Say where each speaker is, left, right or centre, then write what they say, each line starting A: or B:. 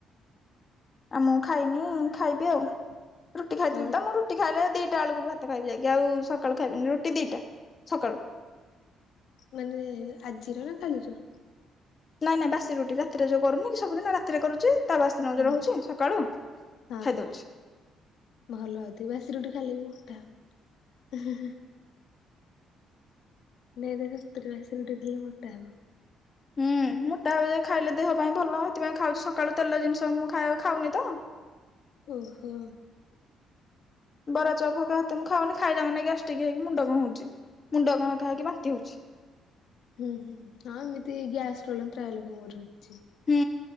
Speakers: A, on the left; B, on the left.
A: ଆଉ ମୁଁ ଖାଇନି, ଖାଇବି ଆଉ ରୁଟି
B: ହୁଁ
A: ଖାଇଥିଲି ତ ମୁଁ ରୁ ରୁଟି ଖାଇଲେ ଦିଟା ବେଳକୁ ଭାତ ଖାଇବି ଯାଇକି, ଆଉ ସକାଳୁ ଖାଇବିନି, ରୁଟି ଦିଟା ସକାଳୁ
B: ମାନେ ଆଜିର ନା କାଲିର?
A: ନାଇଁ ନାଇଁ ବାସି ରୁଟି ରାତିରେ ଯଉ କରୁନି କି, ସବୁଦିନ ରାରେ କରୁଛେ? ତା ବାସି ଦିନ
B: ହଁ
A: ଯୋଉ ରହୁଛି, ସକାଳୁ
B: ହଁ
A: ଖାଇଦଉଛି।
B: ଭଲ ଅଛି ବାସି ରୁଟି ଖାଇଲେ ବି ମୋଟା ହବ। ନାଇଁ ସତରେ ବାସି ଗୋଟେ ଖେଲେ ମୋଟା ହବ।
A: ହୁଁ ମୋଟା ହବ ଯଦି ଖାଇଲେ ଦେହ ପାଇଁ ଭଲ, ସେଇଥିପାଇଁ ଖାଉଛି ସକାଳୁ ତେଲ ଜିନିଷ ମୁଁ ଖ ଖାଉନି ତ।
B: ଓହୋ।
A: ବରା ଚପ ହକା ତ ମୁ ଖାଉନି, ଖାଇଲା ମାନେ ଗ୍ୟାଷ୍ଟିକ୍ ହେଇକି ମୁଣ୍ଡ କଣ ହଉଛି, ମୁଣ୍ଡ କଣ କା ହେଇକି ବାନ୍ତି ହଉଛି।
B: ହୁଁ ହୁଁ ହଁ ଏମିତି ଗ୍ୟାସ ପ୍ରୋବ୍ଲେମ ପ୍ରାୟ ଲୋକଙ୍କର ହଉଚି।
A: ହୁଁ